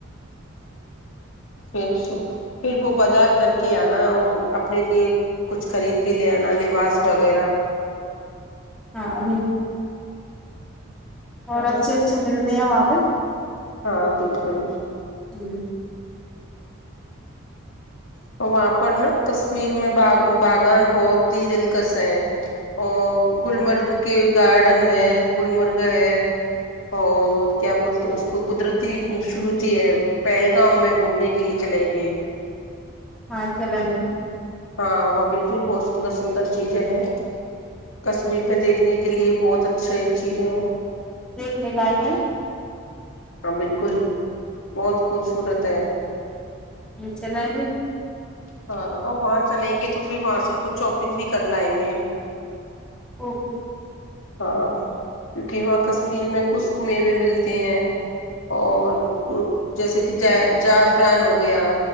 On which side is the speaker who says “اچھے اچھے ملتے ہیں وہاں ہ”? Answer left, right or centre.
Centre